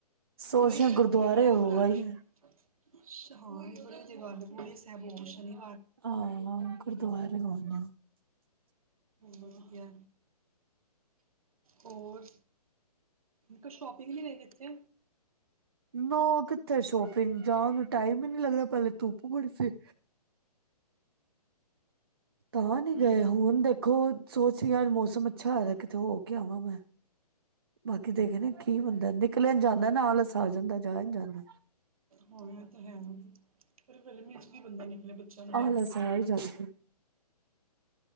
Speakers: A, on the right; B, on the right.
A: ਸੋਚ
B: ਕੋਈ
A: ਰੇ ਗੁਰਦੁਆਰੇ
B: ਨਹੀ ਮੈਂ
A: ਹੋ
B: ਉਹਦੋ ਬੂਲਾ
A: ਆਈ
B: ਲਵਾਂਗੀ <unintelligible>
A: ਆਹ ਗੁਰਦੁਆਰੇ <unintelligible> ਲਉਂਦੇ ਹ
B: ਵਧੀਆ ਹੋਰ ਕੁਝ ਸ਼ੋਪਿੰਗ ਨਹੀ ਗਏ ਕਿਥੇ
A: ਨਾ ਕਿਥੇ ਸ਼ੋਪਿੰਗ ਜਾਣ ਨੂੰ ਟਾਈਮ ਹੀ ਨੀ ਲੱਗਦਾ ਪਹਿਲੇ ਧੁੱਪ ਬੜੀ ਸੀ ਤਾਂ ਨਹੀ
B: ਹੂੰ
A: ਗਏ ਹੁਣ ਦੇਖੋ ਸੋਚ ਯਾਰ ਮੌਸਮ ਅੱਛਾ ਹੋਇ ਕਿਥੇ ਹੋ ਕੇ ਆਵਾਂ ਮੈਂ ਬਾਕੀ ਦੇਖਣੇ ਕੀ ਬੰਦਾ ਨਿਕਲਿਆ ਨਹੀ ਜਾਂਦਾ ਨਾ ਆਲਸ ਆ ਜਾਂਦਾ ਜਾਆ ਨਹੀ ਜਾਂਦਾ
B: ਹਾਂ ਇਹ ਤਾਂ ਹੈ ਫਿਰ ਗਰਮੀ ਵਿੱਚ ਕੀ ਬੰਦਾ ਨਿਕਲੇ ਆਪਣੇ ਬੱਚਿਆਂ ਨੂੰ
A: ਆਲਸ ਆ ਹੀ ਜਾਂਦਾ